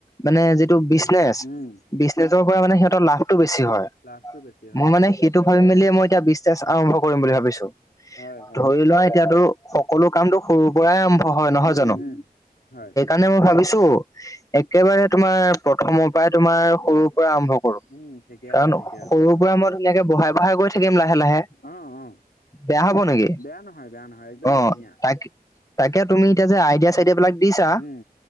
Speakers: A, on the left; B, on the left.
A: মানে যিটো বিজনেচ
B: উম
A: বিজনেচৰ পৰা মানে সিহঁতৰ লাভটো বেছি হয়
B: লাভটো বেছি হয়
A: মোৰ মানে
B: অ।
A: সিত টো ভাবি মেলিয়ে মই এতিয়া বিশ্বাস আৰম্ভ কৰিম বুলি ভাবিছো।
B: হয় হয়।
A: ধৰি লোৱা এতিয়াতো সকলো কামটো সৰুৰ পৰাই আৰম্ভ হয় নহয়
B: উম
A: জানো?
B: উম হয়।
A: মানে মই ভাবিছো একেবাৰে তোমাৰ প্ৰথমৰ পৰাই তোমাৰ সৰুৰ পৰা আৰম্ভ
B: উম ঠিকে
A: কাৰণ
B: আছে ঠিকে আছে।
A: সৰুৰ পৰা মই ধুনীয়াকে বঢ়াই বঢ়াই গৈ থাকিম লাহে লাহে।
B: অ অ
A: বেয়া হব নেকি
B: বেয়া নহয় বেয়া নহয় একদম
A: অ
B: ধুনীয়া।
A: তাকে তাকে তুমি এতিয়া যে আইডিয়া চাইডিয়া বিলাক দিছা
B: উম